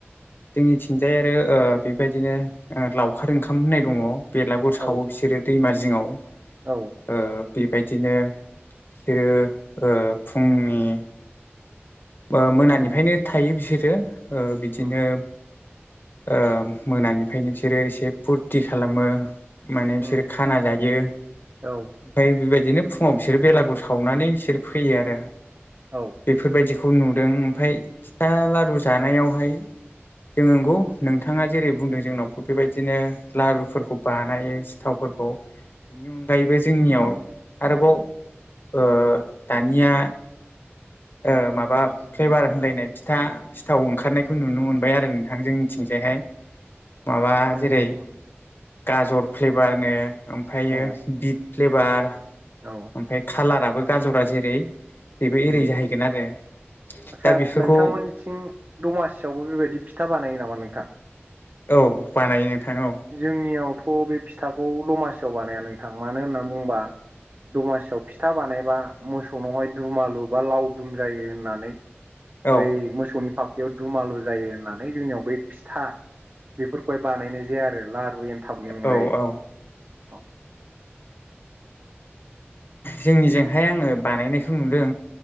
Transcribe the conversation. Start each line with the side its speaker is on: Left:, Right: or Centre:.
Left: जोंनिथिंजाय आरो ओ बेबायदिनो लावखार ओंखाम होननाय दङ बेलागुर
Right: औ
Left: सावो बिसोरो दैमा जिङाव
Right: औ
Left: ओ बिब बेबायदिनो बिसोरो फुंनि ओ मोनानिफ्रायनो थायो बिसोरो ओ बिदिनो
Right: उम
Left: ओ मोनानिफ्रायनो बिसोरो एसे फुरथि खालामो माने
Right: उम
Left: बिसोर खाना जायो। ओमफाय
Right: औ
Left: बेबायदिनो फुङाव बिसोर बेलागुर सावनानै बिसोर फैयो आरो
Right: औ अ
Left: बेफोरबायदिखौ नुदों ओमफाय फिथा लारु जानायावहाय जों नंगौ नोंथाङा जेरै बुंदों जोंनावबो बेबायदिनो लारुफोरखौ बानायो सिथावफोर खौ बिनि अनगायैबो जोंनियाव आरोबाव ओ दानिया ओ माबा माबा फ्लेभार होनलायनाय फिथा सिथाव ओंखारनायखौ नुनो मोनबाय आरो नोंथां जोंनिथिंजायहाय माबा
Right: उम
Left: जेरै
Right: उम
Left: गाजर फ्लेभारनो ओमफायो
Right: औ
Left: बिट फ्लेभार
Right: औ
Left: ओमफाय खाालाराबो गाजरा जेरै बेबो एरै
Right: उम
Left: जाहैगोन आरो
Right: आदसा
Left: दा बेफोरखौ
Right: नोंथांमोननिथिं दमासियावबो बेबायदि फिथा बानायो नामा नोंथां?
Left: औ बानायो नोंथां औ
Right: जोंनियावथ' बे फिथाखौ दमासियाव बानाया नोंथां मानो होनना बुंबा दमासियाव फिथा बानायबा मोसौनावहाय दुमालु बा लावदुम जायो होननानै
Left: औ
Right: बै मोसौनि फाफ्लियाव दुमालु जायो होननानै जोंनियाव बै फिथा बेफोरखौहाय बानायनाय जाया आरो लारु एनथाबनि अनगायै
Left: औ औ
Right: औ
Left: जोंनिजोंहाय आङो बानायनायखौ नुदों